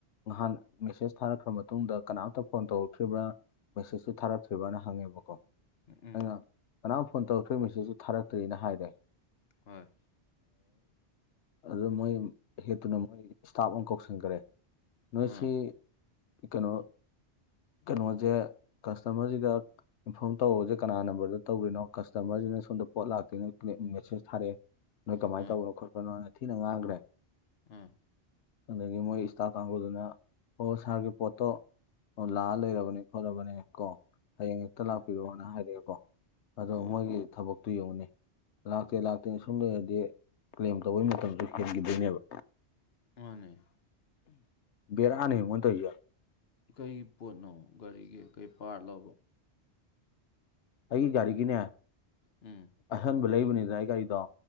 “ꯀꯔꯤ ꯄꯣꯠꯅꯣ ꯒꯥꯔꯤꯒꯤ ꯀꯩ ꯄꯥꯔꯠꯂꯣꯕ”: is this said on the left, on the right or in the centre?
Left